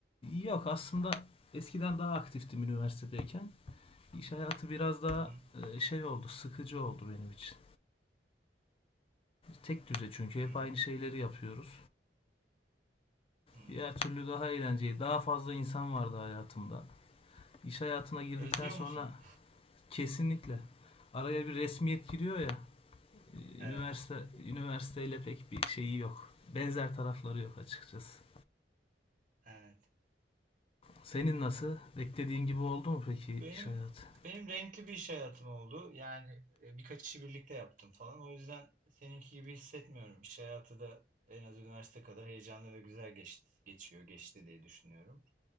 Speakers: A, on the left; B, on the right.
A: yok aslında eskiden daha aktiftim üniversitedeyken. İş hayatı biraz daha
B: Hı hı.
A: e, şey oldu, sıkıcı oldu benim için. Tek düze çünkü hep
B: Hı hı.
A: aynı şeyleri yapıyoruz.
B: Hı.
A: Diğer türlü daha eğlenceli, daha fazla insan vardı hayatımda. İş hayatına girdikten
B: Özlüyor
A: sonra
B: musun?
A: kesinlikle araya bir resmiyet giriyor ya.
B: Evet,
A: üniversite üniversiteyle pek bir şeyi yok. Benzer tarafları yok açıkçası.
B: evet.
A: Senin nasıl? Beklediğin gibi oldu mu peki
B: Benim
A: iş hayatı?
B: benim renkli bir iş hayatım oldu. Yani e, birkaç işi birlikte yaptım falan. O yüzden seninki gibi hissetmiyorum. İş hayatı da en az üniversite kadar heyecanlı ve güzel geçti, geçiyor, geçti diye düşünüyorum.